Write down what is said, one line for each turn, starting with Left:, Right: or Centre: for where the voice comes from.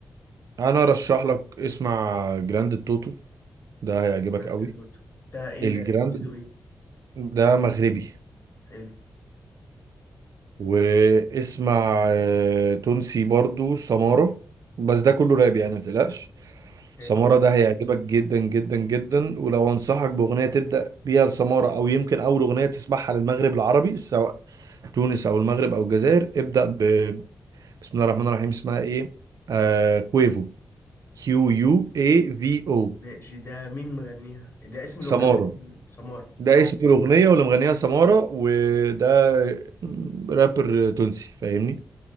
Right: أنا أرشح لك اسمع جراند التوتو ده هيعجبك
Left: يعني
Right: قوي
Left: انت توتو ده ايه
Right: الجراند
Left: ده انت نسيته ايه
Right: ده مغربي
Left: حلو
Right: واسمع آه، تونسي برضو سمارة بس ده كله راب يعني متقلقش
Left: حلو
Right: سمارة ده هيعجبك جدا جدا جدا ولو انصحك بأغنية تبدأ بيها لسمارة او يمكن اول أغنية تسمعها للمغرب العربي سواء تونس او المغرب او الجزائر ابدأ ب... بسم الله الرحمن الرحيم اسمها ايه آه... كويفو كيو يو اي في او
Left: ماشي ده مين مغنيها ده اسم
Right: سمارة
Left: الاغنيه ولا اسم السماره
Right: ده اسم الأغنية واللي مغنيها سمارة وده
Left: ماشي
Right: رابر تونسي فاهمني